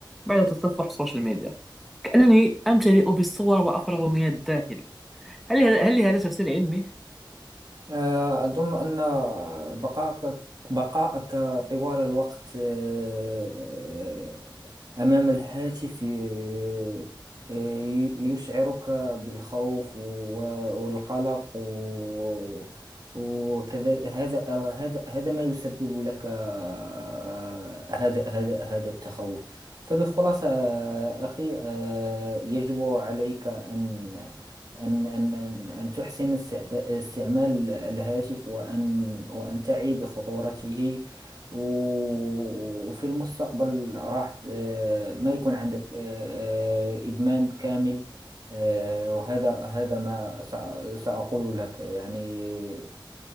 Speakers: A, in the centre; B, on the right.
A: بعد تصفح السوشيال ميديا كأنني أمتلئ بالصور وأفرغ من الداخل هل هل لهذا تفسير علمي؟
B: آه، أظن أن بقائك بقائك طوال الوقت آه، أمام الهاتف ي- ي- يشعرك بالخوف و- والقلق و- وكذا هذا هذا هذا ما يسبب لك آه، هذا هذا هذا التخوف فبخلاصة آه، أخي آه، يجب عليك أن أن أن أن أن تحسن استعد- استعمال الهاتف وأن وأن تعي بخطورته و- وفي المستقبل راح آه، ما يكون عندك آه، آه، إدمان كامل آه، وهذا هذا ما سأ- سأقول لك يعني